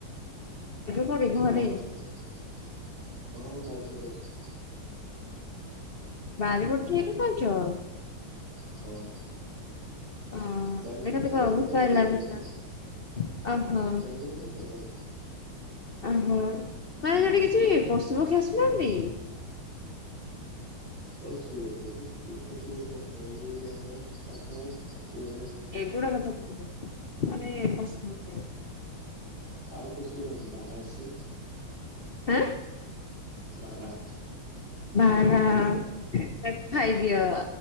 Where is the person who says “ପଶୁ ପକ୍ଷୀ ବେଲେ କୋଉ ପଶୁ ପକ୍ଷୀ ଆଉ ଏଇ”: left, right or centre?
Right